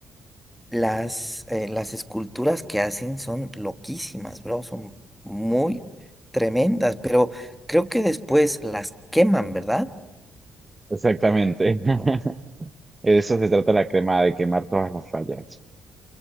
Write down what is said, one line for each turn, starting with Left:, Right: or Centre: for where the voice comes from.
Centre: Las, eh, las esculturas que hacen son loquísimas, bro, son muy tremendas, pero creo que después las queman, ¿verdad?
Right: Exactamente. <laughs> Eso se trata la crema, de quemar todas las fallas.